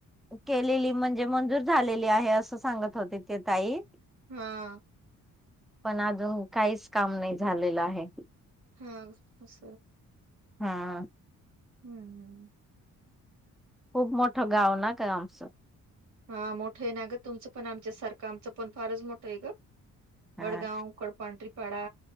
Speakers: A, in the centre; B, on the right.
A: केलेली म्हणजे मंजूर झालेली आहे असं सांगत होते ते ताई
B: हा
A: पण अजून काहीच काम नाही झालेलं आहे
B: हा अस
A: हा
B: हम्म हम्
A: खूप मोठं गाव ना का आमचं
B: हा मोठं आहे ना ग तुमचं पण आमच्या सारखं आमचं पण फारच मोठं आहे ग
A: हा
B: वडगाव कडपांढरीपाडा